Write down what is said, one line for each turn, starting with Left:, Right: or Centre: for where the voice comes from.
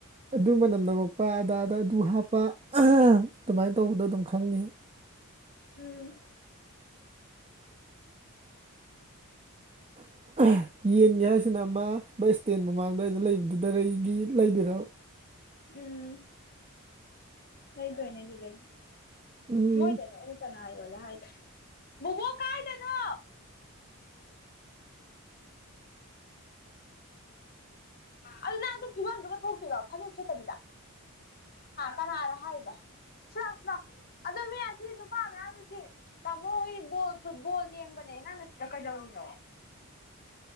Right: ꯑꯗꯨ ꯃꯅꯝ ꯅꯝꯃꯛꯄ ꯑꯗꯥꯗ ꯑꯗꯨ ꯍꯥꯞꯄ ꯑꯗꯨꯃꯥꯏꯅ ꯇꯧꯕꯗꯣ ꯑꯗꯨꯝ ꯈꯪꯅꯤ
Left: ꯎꯝ
Right: <unintelligible> ꯌꯦꯟꯒꯦ ꯍꯥꯏꯁꯤꯅ ꯑꯃ ꯕꯁ ꯏꯁꯇꯦꯟ ꯃꯃꯥꯡꯗꯋꯥꯏꯗ ꯂꯩꯕꯗꯨꯗꯔꯒꯤ ꯂꯩꯗꯔꯥ
Left: ꯎꯝ ꯍ ꯇꯅꯤ ꯑꯗꯨꯖꯗꯒꯤꯦ
Right: ꯎꯝ
Left: ꯃꯣꯏꯗꯅ ꯑꯩꯅ ꯇꯅ ꯂꯥꯏ ꯌꯣꯂꯦ ꯍꯥꯢꯗꯣ ꯕꯨꯕꯣꯛ ꯀꯥꯏꯗꯅꯣ
Right: <unintelligible>
Left: ꯑꯗꯨ ꯅꯪ ꯑꯗꯨ ꯐꯤꯕꯝꯗꯨꯒ ꯊꯣꯛꯇꯣꯏꯔꯣ ꯐꯅꯦꯛ ꯁꯦꯠꯇ ꯀꯅꯥꯗ ꯍꯥꯏꯕ ꯁ ꯁꯅꯥ ꯑꯗꯣ ꯃꯤ ꯑꯁꯤ ꯅꯨꯄꯥ ꯃꯌꯥꯝꯃꯤꯁꯤ ꯇꯥꯃꯣ ꯍꯣꯏꯣ ꯐꯨꯠꯕꯣꯜ ꯌꯦꯡꯕꯅꯦ ꯅꯁꯇ ꯀꯖꯎꯅꯤ